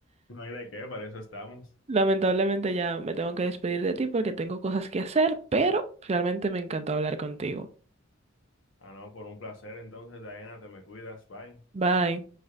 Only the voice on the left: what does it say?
No hay de qué, para eso estamos.
Ah, no, por un placer. Entonces, Diana, te me cuidas, bye.